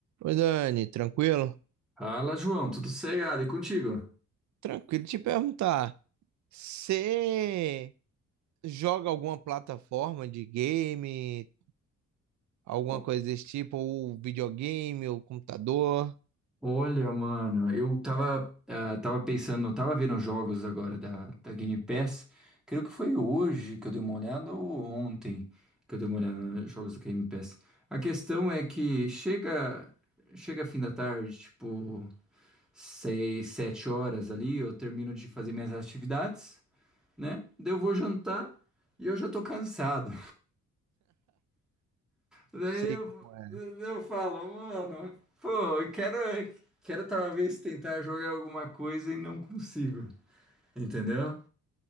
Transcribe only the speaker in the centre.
Fala, João, tudo sossegado e contigo?
O-
Olha, mano, eu tava, ah, tava pensando, tava vendo os jogos agora da, da Game Pass. Creio que foi hoje que eu dei uma olhada ou ontem que eu dei uma olhada nos jogos da Game Pass. A questão é que chega, chega fim da tarde, tipo, seis, sete horas ali, eu termino de fazer minhas atividades, né? Daí eu vou jantar e eu já tô cansado. Daí
eu,
eu falo, mano, pô, eu quero, quero talvez tentar jogar alguma coisa e não consigo, entendeu?